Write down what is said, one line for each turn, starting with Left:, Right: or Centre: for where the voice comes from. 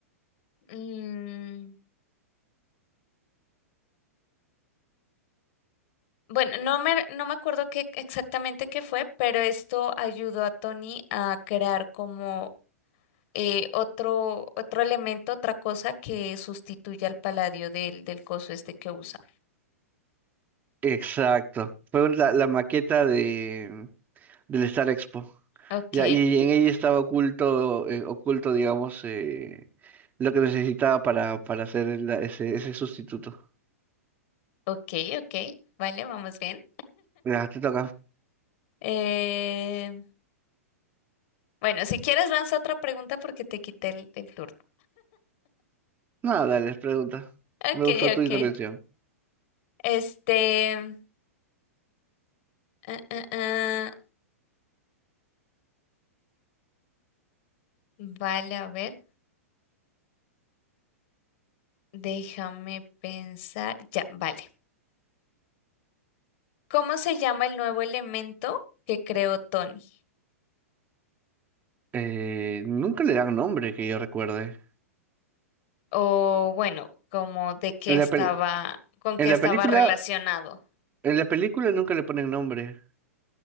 Left: Mm, bueno, no me, no me acuerdo qué exactamente qué fue, pero esto ayudó a Tony a crear como eh, otro, otro elemento, otra cosa que sustituya al paladio del, del coso este que usa.
Right: Exacto. Fue un- la, la maqueta de del Star Expo.
Left: Ok,
Right: Ya, y en ella estaba oculto, eh, oculto, digamos, eh, lo que necesitaba para, para hacer la- ese, ese sustituto.
Left: ok, ok. Vale, vamos bien.
Right: Ya, te toca.
Left: Eh, Bueno, si quieres lanza otra pregunta porque te quité el, el turno.
Right: Nada, dale, pregunta.
Left: Ok,
Right: Me gustó tu
Left: ok.
Right: intervención.
Left: Este, ah, ah, ah, vale, a ver, déjame pensar. Ya, vale. ¿Cómo se llama el nuevo elemento que creó Tony?
Right: Eh, nunca le dan nombre, que yo recuerde.
Left: O bueno, como de qué
Right: En
Left: estaba,
Right: la, pel-
Left: con
Right: en
Left: qué estaba
Right: la película,
Left: relacionado
Right: en la película nunca le ponen nombre.